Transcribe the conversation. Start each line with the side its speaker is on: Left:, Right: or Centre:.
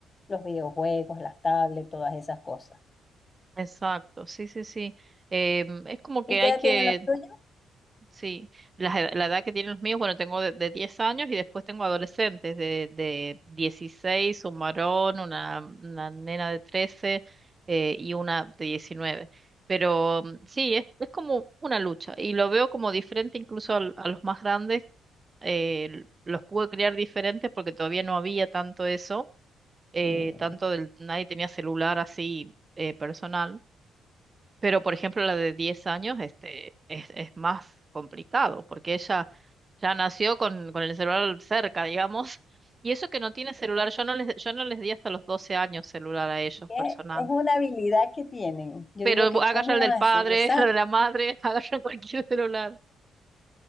Left: los videojuegos, las tablets, todas esas cosas.
Right: Exacto, sí, sí, sí. Em, es como que
Left: ¿Y qué
Right: hay
Left: edad
Right: que,
Left: tienen los tuyos?
Right: sí, la, ed- la edad que tienen los míos, bueno, tengo de, de 10 años y después tengo adolescentes de, de 16, un varón, una, una nena de trece eh, y una de 19. Pero mm, sí, es, es como una lucha y lo veo como diferente incluso al- a, los más grandes. eh, l- los pude criar diferentes porque todavía no había tanto eso, eh,
Left: Sí.
Right: tanto del, nadie tenía celular así. eh, personal pero, por ejemplo, la de 10 años, este, es, es más complicado, porque ella ya nació con, con el celular cerca, digamos, <laughs> y eso que no tiene celular, yo no les, yo no les di hasta los 12 años celular a ellos
Left: Es
Right: personal,
Left: es una habilidad que tienen. Yo
Right: pero
Left: digo que,
Right: vo- agarra
Left: ¿cómo
Right: el del
Left: hacen?
Right: padre,
Left: Dios sabe.
Right: <laughs> el de la madre, <laughs> agarra cualquier celular,